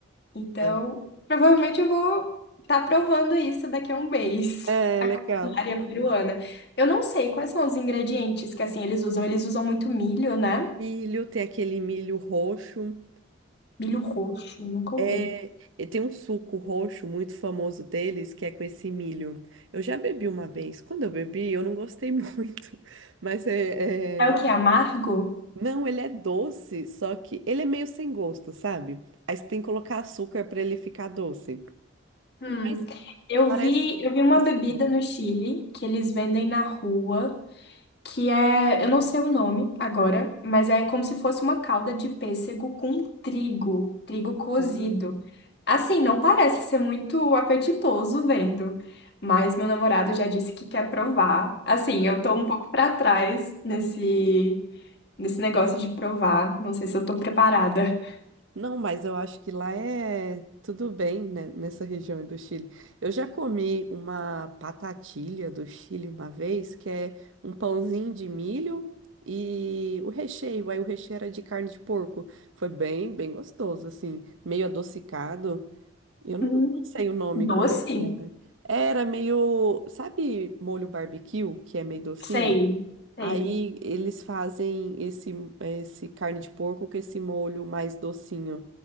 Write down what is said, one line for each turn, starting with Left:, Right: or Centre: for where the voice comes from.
Left: Então,
Right: É,
Left: provavelmente eu vou estar provando isso daqui a um mês,
Right: é
Left: <laughs> a
Right: legal.
Left: culinária peruana. Eu não sei quais são os ingredientes que, assim, eles usam. Eles usam muito milho, né?
Right: Milho, tem aquele milho roxo.
Left: Milho roxo, nunca ouvi.
Right: É, e tem um suco roxo muito famoso deles, que é com esse milho. Eu já bebi uma vez. Quando eu bebi, eu não gostei <laughs> muito, mas é,
Left: É o
Right: é
Left: que? Amargo?
Right: Não, ele é doce, só que ele é meio sem gosto, sabe? Aí você tem que colocar açúcar pra ele ficar doce.
Left: Hum,
Right: Mas
Left: eu
Right: parece,
Left: vi, eu vi uma
Right: parece
Left: bebida
Right: que não.
Left: no Chile que eles vendem na rua, que é, eu não sei o nome agora, mas é como se fosse uma calda de pêssego com trigo, trigo cozido.
Right: Ah.
Left: Assim, não parece ser muito apetitoso vendo, mas meu namorado já disse que quer provar. Assim, eu tô um pouco pra trás nesse nesse negócio de provar, não sei se eu tô preparada.
Right: Não, mas eu acho que lá é tudo bem, né, nessa região do Chile. Eu já comi uma patatilha do Chile uma vez, que é um pãozinho de milho e o recheio. Aí o recheio era de carne de porco. Foi bem, bem gostoso, assim, meio adocicado. Eu não
Left: Hum.
Right: não sei o nome
Left: Doce?
Right: como que era. Era meio, sabe, molho barbecue, que é meio docinho?
Left: Sei, sei.
Right: Aí eles fazem esse, esse carne de porco com esse molho mais docinho.